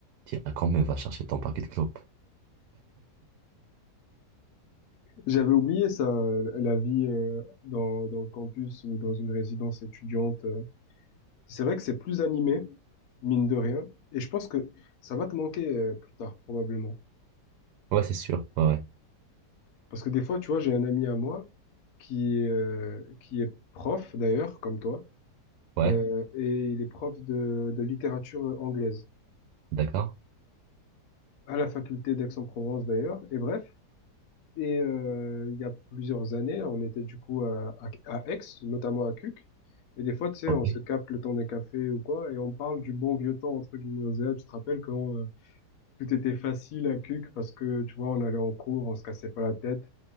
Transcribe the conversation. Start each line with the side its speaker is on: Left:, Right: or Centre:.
Right: Je dis, ah, quand même, va chercher ton paquet de clopes.
Left: j'avais oublié ça, euh, la vie euh, dans, dans le campus ou dans une résidence étudiante. euh. C'est vrai que c'est plus animé, mine de rien, et je pense que ça va te manquer euh, plus tard, probablement.
Right: Ouais, c'est sûr. Ouais, ouais.
Left: Parce que des fois, tu vois, j'ai un ami à moi qui, est, euh, qui est prof, d'ailleurs, comme toi,
Right: Ouais,
Left: euh, et il est prof de, de littérature anglaise,
Right: d'accord.
Left: à la faculté d'Aix-en-Provence, d'ailleurs, et bref. Et euh, il y a plusieurs années, on était du coup à, à, à Aix, notamment à Cuc. Et des fois, tu sais,
Right: Ok,
Left: on se capte le temps d'un café ou quoi, et on parle du bon vieux temps, entre guillemets, Osea. Tu te rappelles quand euh, tout était facile à Cuc parce que, tu vois, on allait en cours, on se cassait pas la tête,